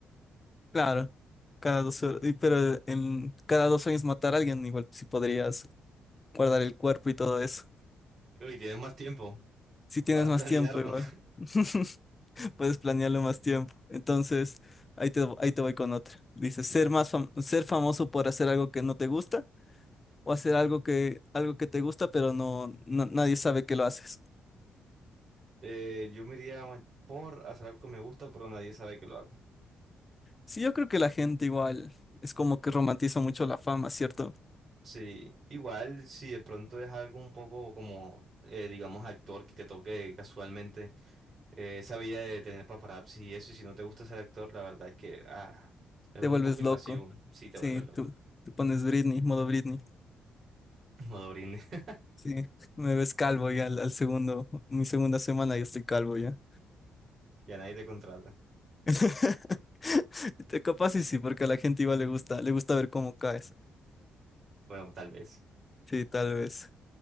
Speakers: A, on the left (about 20°); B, on the right (about 35°).
A: Claro, cada dos, hor- y- pero en cada dos años matar a alguien, igual si podrías guardar el cuerpo y todo eso.
B: Y tienes más tiempo
A: Si tienes
B: para
A: más
B: planearlo.
A: tiempo, igual. <laughs> puedes planearlo más tiempo. Entonces, ahí te, ahí te voy con otra. Dice, ser
B: <laughs> Va.
A: más fam- ser famoso por hacer algo que no te gusta o hacer algo que, algo que te gusta, pero no, no- nadie sabe que lo haces.
B: Eh, yo me iría por hacer algo que me gusta, pero nadie sabe que lo hago.
A: Sí, yo creo que la gente igual es como que romantiza mucho la fama, ¿cierto?
B: Sí, igual si de pronto es algo un poco como, eh, digamos, actor que te toque casualmente, eh, esa vida de tener paparazzi y eso, y si no te gusta ser actor, la verdad es que ah, es
A: Te
B: un
A: vuelves
B: poco invasivo
A: loco.
B: si te
A: Sí,
B: vuelves loco.
A: tú, tú pones Britney, modo Britney.
B: Modo <laughs>
A: Sí, me ves calvo ya al, al segundo, mi segunda semana ya estoy calvo ya.
B: Ya nadie te contrata.
A: <laughs> Te capaz y sí, porque a la gente igual le gusta, le gusta ver cómo caes.
B: Bueno, tal vez.
A: Sí, tal vez.